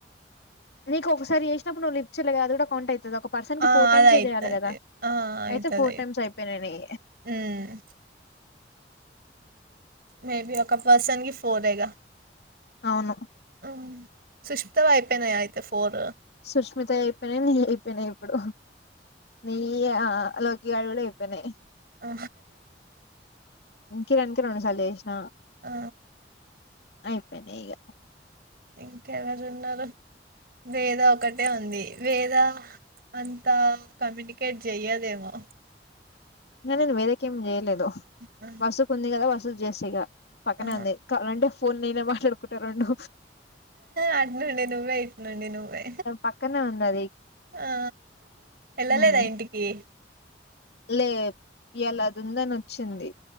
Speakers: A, on the left (about 65°); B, on the right (about 60°).
A: నీకు ఒకసారి చేసినప్పుడు నువ్వు లిఫ్ట్ చేయలేకదా అది కూడా కౌంట్ అయి తది ఒక పర్సన్ కి
B: ఆ!
A: ఫోర్ టైమ్స్
B: అది అయితది.
A: చెయాలి కదా
B: ఆ! అయితది
A: అయితే ఫోర్
B: అయితది.
A: టైమ్స్ అయిపోయినాయి నివి
B: హ్మ్ మేబి ఒక పర్సన్ కి ఫోర్ ఎగా
A: అవును
B: ఆ సుష్మితవి అయిపోయినాయ అయితే ఫోర్
A: సుస్మితవి అయిపోయినాయి నీవి అయిపోయినాయి ఇప్పుడు నీయ లోకిగాడి కూడా అయిపోయినాయ్
B: ఆ
A: ఇం కిరణ్ కి రెండు సార్లు చేసిన
B: ఆ
A: అయిపోయినయ్ ఇగా
B: ఇంకెవరు ఉన్నారు వేద ఒకటే ఉంది వేద అంతా కమ్యూనికేట్ చెయ్యదేమో
A: నేను వేదకి ఏం చేయలేదు
B: ఆ!
A: వసుకు ఉంది కదా వసుకు చేస్తా ఇగ పక్కనే
B: ఆ!
A: ఉంది కావాలా అంటే ఫోన్ నేనే మాట్లాడుకుంటా రెండు
B: అటు నుండి నువ్వే ఇటు నుండి నువ్వే
A: పక్కనే ఉంది అది
B: ఆ ఎల్లలేదా
A: ఉమ్
B: ఇంటికి
A: లే ఇయాల అది ఉందని వచ్చింది